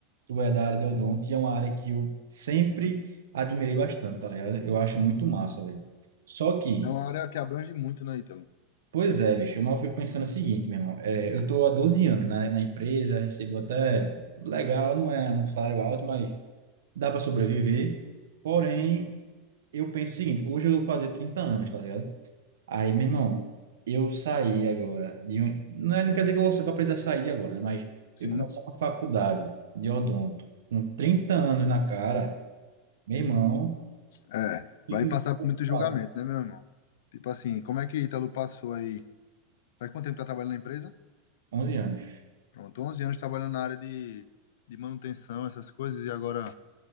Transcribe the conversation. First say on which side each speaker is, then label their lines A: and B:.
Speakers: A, on the right; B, on the left.
A: tu é da área de odonto e é uma área que eu sempre admirei bastante, tá ligado? Eu acho muito massa, velho. Só que,
B: É uma área que abrange muito, né, Ítalo?
A: pois é, bicho, mas eu fico pensando o seguinte, meu irmão, é, eu tô há 12 anos na, na empresa, recebo até legal, não é um salário alto, mas dá para sobreviver. Porém, eu penso o seguinte, hoje eu vou fazer 30 anos, tá ligado? Aí, meu irmão, eu saí agora de um, não é, não quer dizer que eu vou precisar sair agora, né? Mas
B: Sim.
A: eu comecei uma faculdade de odonto com 30 anos na cara, Meu irmão,
B: É.
A: e
B: Vai
A: com
B: passar por muito julgamento,
A: falo,
B: né, meu irmão? Tipo assim, como é que Ítalo passou aí? Faz quanto tempo que tá trabalhando na empresa?
A: 11 anos.
B: Pronto, 11 anos trabalhando na área de, de manutenção, essas coisas, e agora